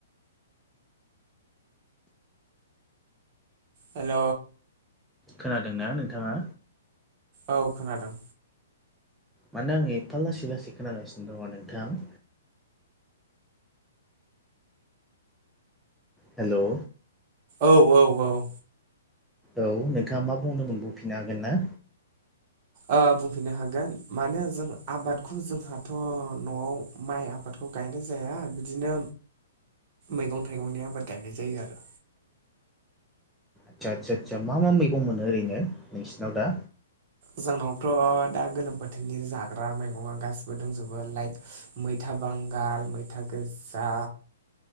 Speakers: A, on the right; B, in the centre.
A: हेल'
B: खोनादोंना नोंथाङा?
A: औ खोनादों
B: मानो आङो एफा लासै लासै खोनागासिनो दङ नोंथां हेल'
A: औ औ औ
B: औ नोंथाङा मा बुंदोंमोन बुंफिननो हागोन ना
A: ओ बुंफिननो हागोन मानो जों आबादखौ जोंहाथ' न'आव माइ आबादखौ गायनाय जाया बिदिनो मैगं थाइगंनि आबाद गायनाय जायो आरो
B: आसा आसा आसा मा मा मैगं मोनो ओरैनो नोंसिनाव दा?
A: जोंनावथ' दा गोलोम बोथोरनि जाग्रा मैगं गासैबो दंजोबो लाइक मैथा बांगाल मैथा गोजा